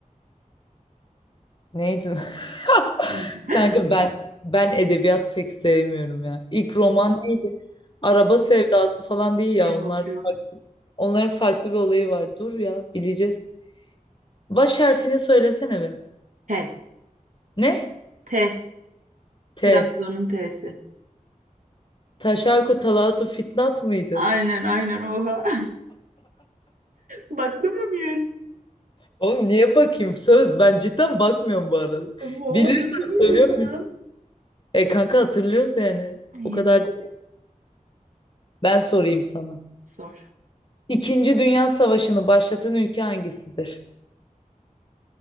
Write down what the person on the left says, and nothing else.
Neydi? lan? <laughs>
Kanka ben ben edebiyat pek sevmiyorum ya. İlk roman neydi? Araba sevdası falan değil ya onlar.
Onların farklı bir olayı var. Dur ya bileceğiz. Baş harfini söylesene be.
Ne?
T.
Taşaku Talatu Fitnat mıydı?
Oğlum niye bakayım? Söz, ben cidden bakmıyorum bu arada.
Bilirsen
söylüyorum
muyum? E kanka hatırlıyoruz yani.
O kadar
da. değil. Ben sorayım sana.
İkinci Dünya Savaşı'nı başlatan ülke hangisidir?